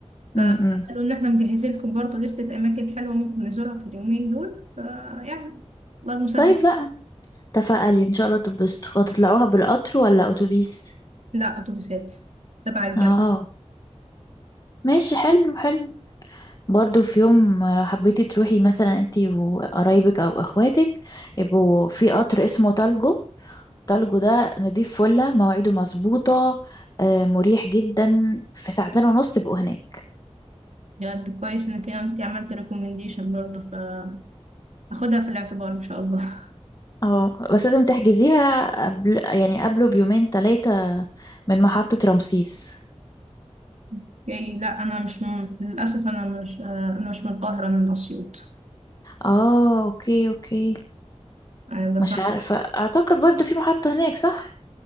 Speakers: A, on the right; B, on the left.
A: فقالوا
B: امم
A: إن احنا مجهزين لكم برضه لستة أماكن حلوة ممكن نزورها في اليومين دول فيعني الله المسهل
B: طيب لا تفائلي ان شاء الله تتبسطوا وتطلعوها بالقطر ولا اتوبيس
A: لا أتوبيسات تبع الجامعة
B: اه ماشي حلو حلو برضو في يوم لو حبيتي تروحي مثلا انتي وقرايبك او اخواتك يبقوا في قطر اسمه تالجو تالجو ده نضيف فله مواعيده مظبوطة آه، مريح جدا في ساعتين ونص تبقوا هناك
A: بجد كويس إنك أنت عملت ريكومنديشن برضه فأخدها في الاعتبار إن شاء الله
B: اه بس لازم تحجزيها قبل يعني قبله بيومين ثلاثة من محطة رمسيس
A: <laughs> يعني لا أنا مش من... للأسف أنا مش آه، أنا مش من القاهرة أنا من أسيوط
B: اه اوكي اوكي
A: يعني بس
B: مش عارفة اعتقد برضو في محطة هناك صح